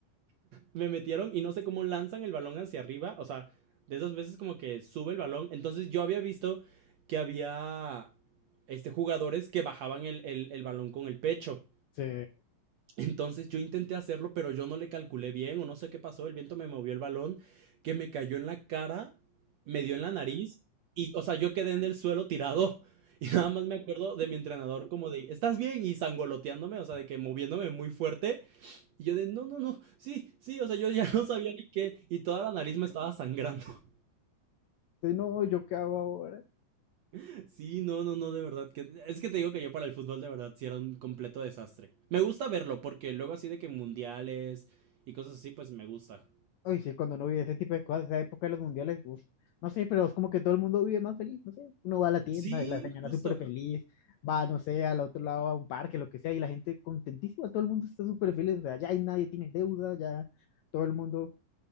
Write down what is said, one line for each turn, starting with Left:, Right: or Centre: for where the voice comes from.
Right: me metieron y no sé cómo lanzan el balón hacia arriba, o sea, de esas veces como que sube el balón. Entonces, yo había visto que había este, jugadores que bajaban el, el- el balón con el pecho.
Left: Sí.
Right: Entonces yo intenté hacerlo, pero yo no le calculé bien o no sé qué pasó. El viento me movió el balón que me cayó en la cara, me dio en la nariz y, o sea, yo quedé en el suelo tirado. <laughs> Y nada más me acuerdo de mi entrenador como de, ¿estás bien? Y zangoloteándome, o sea, de que moviéndome muy fuerte. Y yo de, no, no, no, sí, sí, o sea, yo ya <laughs> no sabía ni qué. Y toda la nariz me estaba sangrando.
Left: Sí, no, ¿yo qué hago ahora?
Right: <laughs> Sí, no, no, no, de verdad. Que, es que te digo que yo para el fútbol de verdad sí era un completo desastre. Me gusta verlo porque luego así de que mundiales y cosas así, pues me gusta.
Left: Uy, sí, cuando uno vive ese tipo de cosas, esa época de los mundiales, uf, no sé, pero es como que todo el mundo vive más feliz, no sé. Uno va a la tienda
Right: Sí,
Left: y la señora
Right: justo.
Left: súper feliz, va, no sé, al otro lado a un parque, lo que sea, y la gente contentísima, todo el mundo está súper feliz, o sea, ya ahí nadie tiene deuda, ya todo el mundo